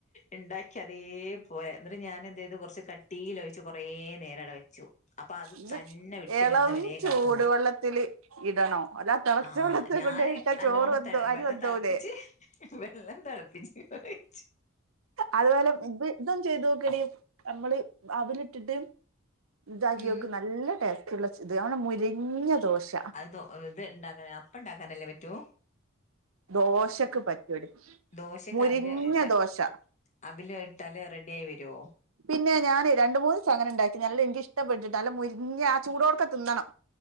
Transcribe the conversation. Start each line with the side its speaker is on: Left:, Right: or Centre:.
Left: ഇണ്ടാ അതേപോലെ എന്നിട്ട് ഞാനെന്തെയ്തു കൊർച്ച് കട്ടീല് ഒഴിച്ച് കൊറേ നേരം അടെ വെച്ചു അപ്പൊ അത്
Right: ഇത്
Left: തന്നെ വിട്ട്
Right: എളം
Left: വരുന്നവരേ
Right: ചൂടുവെള്ളത്തില്
Left: കാത്ത്ന്ന്.
Right: ഇടണോ അല്ല തിളച്ച
Left: ആഹ് ആഹ്
Right: വെള്ളത്തി
Left: ആ ഞാന്
Right: കൊണ്ടോയിട്ടാ
Left: നല്ലോണം
Right: ചോറ് വെന്തോ അരി
Left: വെള്ളം
Right: വെന്തോവൂലേ
Left: തിളപ്പിച്ച് വെള്ളം തിളപ്പിച് വെച്ച്
Right: അതുപോലെ ഇത് ഇതും ചെയ്തോക്കടി നമ്മള് അവിലിട്ട്ട്ട്. ഇതാക്കി
Left: ഉം
Right: ഓക്ക്. നല്ല ടേസ്റ്റ്‌ള്ള ച് ത് നല്ല മുരിഞ്ഞ ദോശ.
Left: തു ഏ ഇത് ണ്ടാക്കാന അപ്പ ണ്ടാക്കാനല്ലേ പറ്റൂ.
Right: ദോശക്ക് പറ്റോടി
Left: ദോശക്ക്
Right: മൊരിഞ്ഞ
Left: അവില് ഇത്
Right: ദോശ.
Left: അവില് ഇട്ടാല് റെഡി ആയി വരോ?
Right: പിന്നേ ഞാന് രണ്ട് മൂന്ന് ദിവസം ണ്ടാക്കി നല്ല എനിക്ക് ഇഷ്ടപ്പെട്ടിട്ടോ. നല്ല മുരിഞ്ഞ ആ ചൂടോട്ക്കെ തിന്നണം.